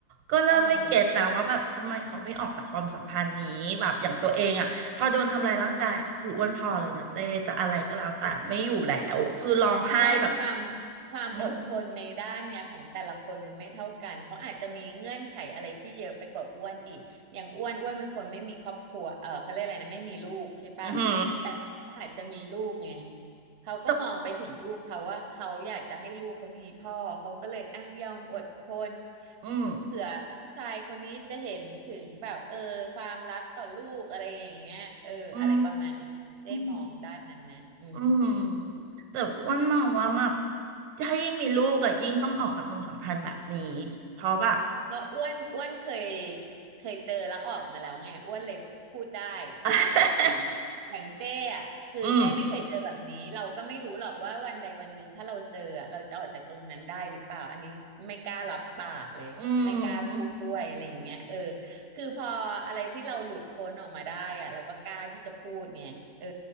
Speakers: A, on the right; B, on the right.
A: ก็เริ่มไม่เก็ตนะว่าแบบทำไมเขาไม่ออกจากความสัมพันธ์นี้แบบอย่างตัวเองอ่ะพอโดนทำลายร่างกายอะคืออ้วนพอเลยนะเจ้จะอะไรก็แล้วแต่ไม่อยู่แล้วคือร้องไห้แบบ
B: อ่าฮะ อ้วนความความอดทนในด้านเนี้ยของแต่ละคนมันไม่เท่ากันเขาอาจจะมีเงื่อนไขอะไรที่เยอะไปกว่าอ้วนอีกอย่างอ้วนอ้วนเป็นคนไม่มีครอบครัวเออเขาเรียกอะไรนะไม่มีลูกใช่ป่ะ
A: อือหืออื้อหื
B: แต่เขาอาจจะมีลูกไงเขาก็มองไปถึงลูกเขาว่าเขาอยากจะให้ลูกเขามีพ่อเขาก็เลยอ่ะยอมอดทน
A: อ อืม
B: เผื่อผู้ชายคนนี้จะเห็นถึงแบบเออความรักต่อลูกอะไรอย่างเงี้ยเอออะไรประมาณนี้ได้มองด้านนั้นนะอืม
A: อืม อืม แต่อ้วนมองว่าแบบถ้ายิ่งมีลูกอะยิ่งต้องออกจากความสัมพันธ์แบบนี้เพราะแบบ
B: เพราะอ้วนอ้วนเคยเคยเจอแล้วออกมาแล้วไงอ้วนเลยพูดได้
A: <laughs>
B: อ่ะอย่างอย่างเจ้อ่ะคือเจ้ไม่เคยเจอแบบนี้เราก็ไม่รู้หรอกว่าวันใดวันหนึ่งถ้าเราเจออะเราจะออกจากตรงนั้นได้หรือเปล่าอันนี้ไม่กล้ารับปากเลยไม่กล้าพูดด้วยอะไรอย่างเงี้ยเออ
A: อืมอืม
B: คือพออะไรที่เราหลุดพ้นออกมาได้อ่ะเราก็กล้าที่จะพูดไงเออ